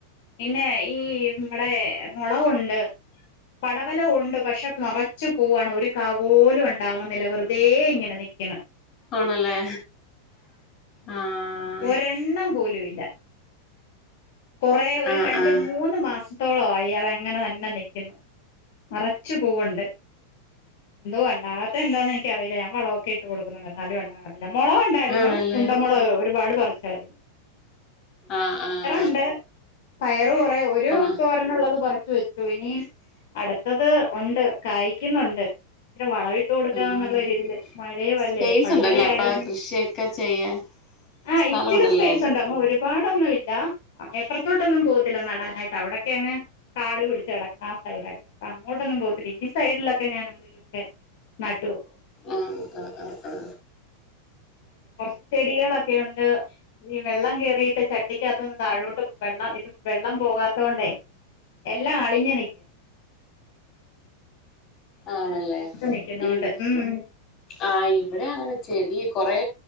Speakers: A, on the left; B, on the left.
A: പിന്നെ ഈ ഇമ്മടെ മോളകുണ്ട്, പടവെല ഉണ്ട് പക്ഷെ നെറച്ച് പൂവാണ് ഒരു കാവോലും ഉണ്ടാവ്ന്നില്ല വെറുതെ ഇങ്ങനെ നിക്ക്ണ്
B: ആണല്ലേ ആഹ്
A: ഒരെണ്ണം പോലും ഇല്ല കൊറേ ഒര്
B: ആഹ്
A: രണ്ട്
B: ആഹ്
A: മൂന്ന് മാസം ത്രത്തോളം ആഴി അത് അങ്ങനെ തന്നെ നിക്കുന്നു നെറെച്ച് പൂവ്ണ്ട് എന്തോ ഒണ്ടാകാത്തെ എന്താന്ന് എൻക്കറീല ഞാൻ വളവൊക്കെ ഇട്ട് കൊട്ക്കുന്നുണ്ട് എന്നാലും ഉണ്ടാക മോളക് ഉണ്ടായിരുന്നു
B: ആണല്ലേ
A: ഉണ്ടമോളക് ഒരുപാട് പർ <unintelligible>
B: ആഹ് ആഹ്
A: ഇണ്ട് പയറ് കൊറേ ഒരു
B: ആഹ്
A: തോരന്ള്ളത് പറി ച്ചു വെച്ചു ഇനി അട്ത്തത് ഒണ്ട് കായ്ക്ന്നുണ്ട് വളവിട്ട് കൊടുക്കാന്ന്ള്ള
B: ആഹ്
A: രീതില് മഴയുവല്ലേ
B: സ്പേസ്
A: പടുമഴ
B: ഉണ്ടല്ലേ
A: ആയതൊ
B: അപ്പ കൃഷിയൊക്കെ ചെയ്യാൻ
A: ആഹ്
B: സ്ഥലം
A: ഇച്ചിരി
B: ഉണ്ടല്ലേ
A: സ്പൈസുണ്ട് <unintelligible> പാടൊന്നുല്ല അങ്ങെ പൊർത്തോട്ടൊന്നും പോകത്തില്ല നടാനായിട്ട് അവിടൊക്കെ അങ്ങ് കാടു പിടിച്ച് കെടക്കാ ആ സൈഡൊക്കെ അപ്പ അങ്ങോട്ടൊന്നും പോകത്തില്ല ഈ സൈഡിലൊക്കെ ഞാൻ എന്തെലു ഒക്കെ നട്ട് വെക്കും
B: ആ ആ ആ ആ
A: കൊർച്ച് ചെടികളൊക്കെ ഉണ്ട് ഈ വെള്ളം കേറിയിട്ട് ചട്ടിക്ക് അകത്ത്ന്ന് താഴോട്ട് വെള്ളം ഇത് വെള്ളം പോവാത്തോണ്ടെ എല്ലാം അളിഞ്ഞു നി
B: ആണ് അല്ലേ
A: നിക്കുന്നോണ്ട്
B: ഇവ്
A: ഉം
B: ആ ഇവ്ടെ അങ്ങനെ ചെടി കൊറേ